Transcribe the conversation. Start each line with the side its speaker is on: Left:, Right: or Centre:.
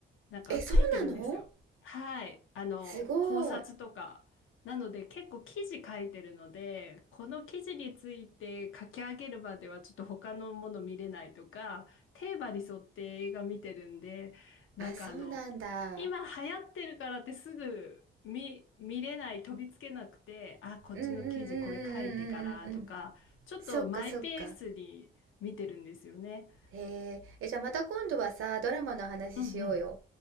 Left: なんか書いてるんですよ。
Right: え、そうなの
Left: はい。あの、
Right: すごい。
Left: 考察とか。なので結構記事書いてるので、この記事について書き上げるまではちょっと他のもの見れないとか、テーマに沿って映画見てるんで、なんかあの、
Right: あ、そうなんだ。
Left: 今流行ってるからってすぐ見、見れない、飛びつけなくて、あ、こっちの記事これ書いてからとか、
Right: うんうんうんうんうんうんうんうん。
Left: ちょっとマイペースに見てるんですよね。
Right: そっかそっか。へえ。え、じゃあまた今度はさ、ドラマの話しようよ。
Left: うんうん。